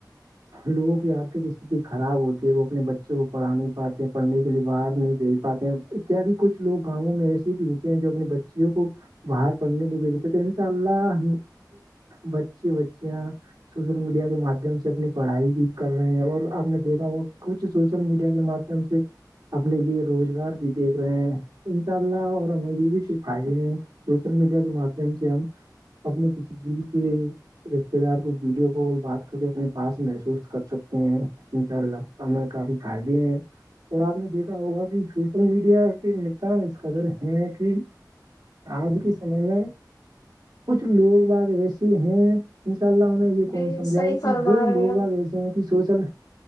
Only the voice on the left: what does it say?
جی
صحیح
فرما
رہے
ہو